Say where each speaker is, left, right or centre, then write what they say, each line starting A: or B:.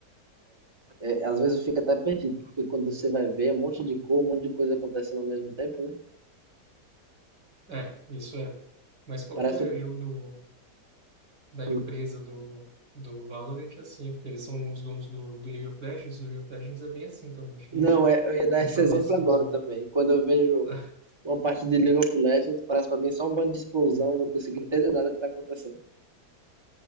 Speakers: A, on the right; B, on the right.
A: é, às vezes fica até perdido, porque quando você vai ver, é um monte de cor, um monte de coisa acontecendo ao mesmo tempo, né?
B: É, isso é. Mas qualquer
A: Parece um.
B: jogo do, da
A: Hum.
B: empresa do, do Valorant é assim, porque eles são os donos do, do League of Legends. O League of Legends é bem assim também, cheio
A: Não,
B: de
A: é, eu ia dar
B: informação
A: esse exemplo agora
B: visual.
A: também. Quando eu vejo
B: <laughs>
A: uma parte de League of Legends, parece pra mim só um bando de explosão, eu não consigo entender nada que tá acontecendo.